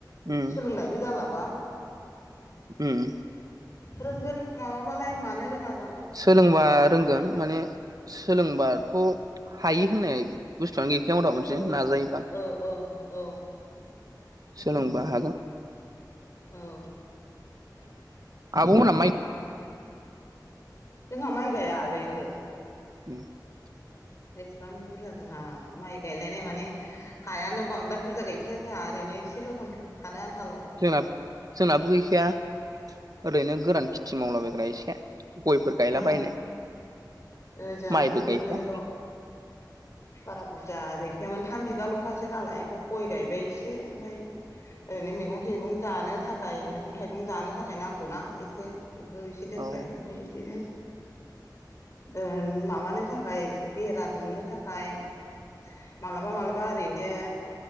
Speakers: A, on the right; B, on the left.
A: उम
B: सोलोंनायबो जालाबा।
A: उम।
B: रोंगोन माबाबालाय मानो रोङा जानो।
A: सोलोंबा रोंगोन माने सोलोंबाथ' हायो होननाय बुस्थुआनो गैखाया हदा मोनसे
B: ओ
A: नाजायोबा,
B: ओ ओ औ
A: सोलोंबा हागोन।
B: औ।
A: आबना
B: <inaudible> जोंहा माइ गाया आगै ओहो।
A: <inaudible>
B: एसेबां बे बुरजा जाहा माइ गायलायनाय माने हायानो बांद्राय बुरजा गायखाया जोंहा ओरैनो एसेल' दं थानो आन्थाल'।
A: जों जोंनाबो गैखाया ओरैनो गोरान खेथि मावलाबायग्रा एसे। गयफोर गायलाबायनाय
B: ओं ओजाहाबो
A: माइबो
B: बेनोल'
A: गायखाया।
B: बारा बुरजा गैखायामोन थाम बिगाल'खासै नालाय ओमफ्राय गय गायबाय एसे ओमफ्राय ओरैनो मैगं थैगं जानो थाखाय मैगं थाइगं जानो थाखाय नांगौना एसे बेखौ एसे दोनबाय
A: औ
B: ओमफ्राय बिदिनो ओ माबानो थाखाय बेरा दुमनो थाखाय मालाबा मालाबा ओरैनो